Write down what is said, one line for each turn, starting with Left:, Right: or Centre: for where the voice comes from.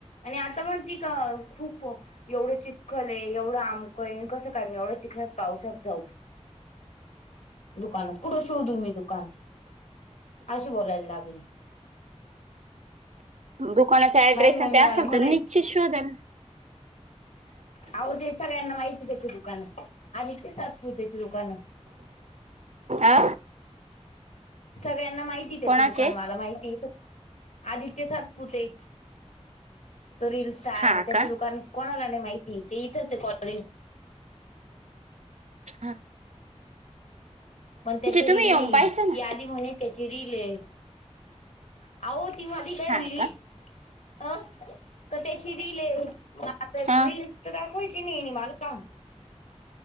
Left: आणि आता म्हणती का खूप एवढं चिखल आहे एवढं आमकं कसं कायम एवढं चिखल पावसात जाऊ. दुकानात कुठं शोधू मी दुकान अशी बोलायला लागली.
Right: दुकानाचा ऍड्रेस
Left: माझी मम्मी
Right: आणि ते
Left: मला
Right: असेल
Left: म्हणायची
Right: तर निश्चित शोधा.
Left: आहो दे सगळ्यांना माहिती त्याचे दुकान आदित्य सातपुतेच्या दुकानंत.
Right: अ
Left: सगळ्यांना माहिती त्याच
Right: कोणाचे
Left: दुकान मला माहितीथ. आदित्य सातपुते तो रीलील सटार
Right: हा
Left: त्याच
Right: का
Left: दुकान कोणाला नाही माहिती ते इथंच कॉलेज.
Right: हा.
Left: पण त्याची
Right: तुम्ही
Left: रील
Right: येऊन
Left: नाही
Right: पाहायचं ना
Left: की आधी म्हणे त्याची रीलील आहे. अहो ती माधी काय बोलली.
Right: हा
Left: अं का त्याची रील <unintelligible> ह रील
Right: हा
Left: त त्या कोयचीनी <unintelligible> नि मल का